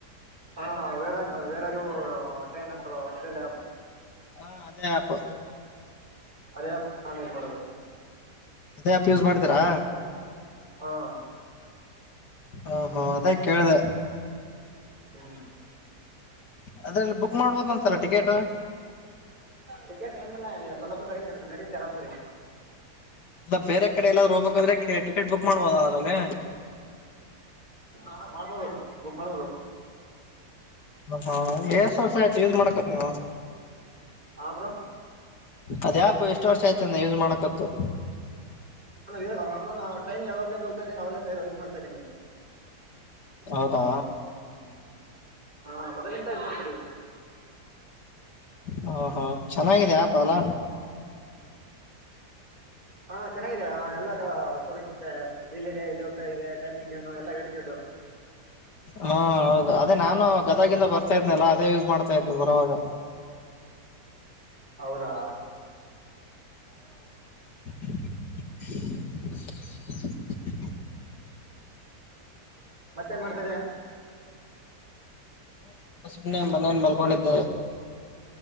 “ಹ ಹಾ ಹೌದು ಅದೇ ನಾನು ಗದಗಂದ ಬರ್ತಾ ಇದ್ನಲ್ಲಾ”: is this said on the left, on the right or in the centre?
Left